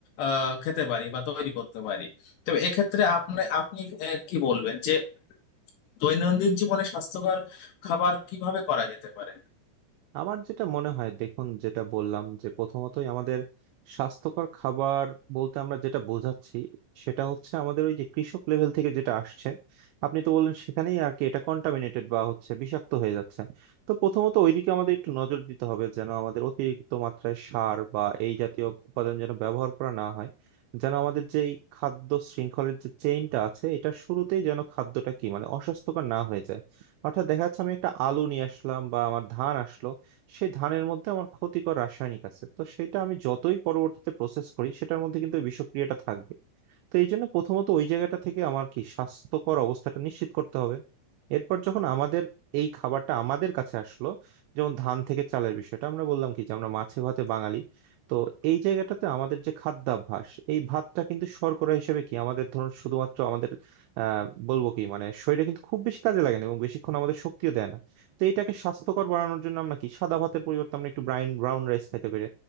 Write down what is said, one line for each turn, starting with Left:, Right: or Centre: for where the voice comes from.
Left: আহ, খেতে পারি বা তৈরি করতে পারি তবে এক্ষেত্রে আপনি আপনি আহ, কি বলবেন যে দৈনন্দিন জীবনে স্বাস্থ্যকর খাবার কিভাবে করা যেতে পারে
Right: আমার যেটা মনে হয় দেখুন যেটা বললাম যে প্রথমতই আমাদের স্বাস্থ্যকর খাবার বলতে আমরা যেটা বোঝাচ্ছি সেটা হচ্ছে আমাদের ওই যে কৃষক লেভেল থেকে যেটা আসছে আপনি তো বললেন সেখানেই আর কি এটা কন্টামিনেটেড বা হচ্ছে বিষাক্ত হয়ে যাচ্ছে তো প্রথমত ওইদিকে আমাদের একটু নজর দিতে হবে যেন আমাদের অতিরিক্ত মাত্রায় সার বা এই জাতীয় উপাদান যেন ব্যবহার করা না হয় যেন আমাদের যে এই খাদ্য শৃঙ্খলের যে চেইনটা আছে এটা শুরুতেই যেন খাদ্যটা কি মানে অস্বাস্থ্যকর না হয়ে যায় অর্থাৎ দেখা যাচ্ছে আমি একটা আলু নিয়ে আসলাম বা আমার ধান আসলো সেই ধানের মধ্যে আমার ক্ষতিকর রাসায়নিক আছে তো সেটা আমি যতই পরবর্তীতে প্রসেস করি সেটার মধ্যে কিন্তু ওই বিষক্রিয়াটা থাকবে তো এই জন্য প্রথমত ওই জায়গাটা থেকে আমার কি স্বাস্থ্যকর অবস্থাটা নিশ্চিত করতে হবে এরপর যখন আমাদের এই খাবারটা আমাদের কাছে আসলো যেমন ধান থেকে চালের বিষয়টা আমরা বললাম কি যে আমরা মাছে ভাতে বাঙালি তো এই জায়গাটাতে আমাদের যে খাদ্যাভ্যাস এই ভাতটা কিন্তু শর্করা হিসেবে কি আমাদের ধরুন শুধুমাত্র আমাদের আহ বলবো কি মানে শরীরে কিন্তু খুব বেশি কাজে লাগে না এবং বেশিক্ষণ আমাদের শক্তিও দেয় না তো এটাকে স্বাস্থ্যকর বানানোর জন্য আমরা কি সাদা ভাতের পরিবর্তে আমরা একটু ব্রাউন ব্রাউন রাইস খেতে পারি